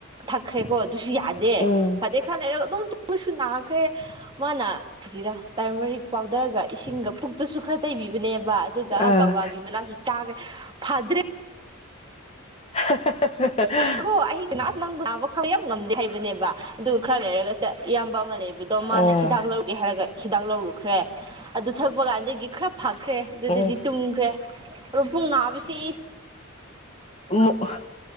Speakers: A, on the right; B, on the left.
A: ꯊꯛꯈ꯭ꯔꯦꯀꯣ ꯑꯗꯨꯁꯨ ꯌꯥꯗꯦ
B: ꯎꯝ
A: ꯐꯗ‌ꯦ ꯈꯔ ꯂꯩꯔꯒ ꯑꯗꯨꯝ ꯇꯨꯝꯃꯁꯨ ꯅꯥꯈ꯭ꯔꯦ ꯃꯥꯅ ꯀꯔꯤꯔꯥ ꯇꯔꯃꯔꯤꯛ ꯄꯥꯎꯗꯔꯒ ꯏꯁꯤꯡꯒ ꯄꯨꯛꯇꯁꯨ ꯈꯔ ꯇꯩꯕꯤꯕꯅꯦꯕ ꯑꯗꯨꯒ
B: ꯑꯥ
A: ꯒꯧꯋꯥꯒꯤ ꯃꯅꯥꯁꯨ ꯆꯥꯒꯦ ꯐꯗ꯭ꯔꯦ
B: <unintelligible>
A: ꯑꯗꯨ ꯑꯩ ꯅꯪ ꯅꯥꯕ ꯈꯥꯡꯕ ꯌꯥꯝ ꯉꯝꯗꯦ ꯍꯥꯏꯕꯅꯦꯕ ꯑꯗꯨꯒ ꯈꯔ ꯂꯩꯔꯒ ꯆꯠ ꯏꯌꯥꯝꯕ ꯑꯃꯥ ꯂꯩꯕꯗꯨ ꯑꯗꯨ ꯃꯥꯅ
B: ꯑꯣ
A: ꯍꯤꯗꯥꯛ ꯂꯧꯒ‌ꯦ ꯍꯥꯏꯔꯒ ꯍꯤꯗꯥꯛ ꯂꯧꯔꯨꯈ꯭ꯔꯦ ꯑꯗꯨ ꯊꯛꯄ ꯀꯥꯟꯗꯒꯤ ꯈꯔ ꯐꯈ꯭ꯔꯦ ꯑꯗꯨꯗꯗꯤ
B: ꯎꯝ
A: ꯇꯨꯝꯈ꯭ꯔꯦ ꯑꯗꯣ ꯄꯨꯛ ꯅꯥꯕꯁꯤ
B: ꯎꯝ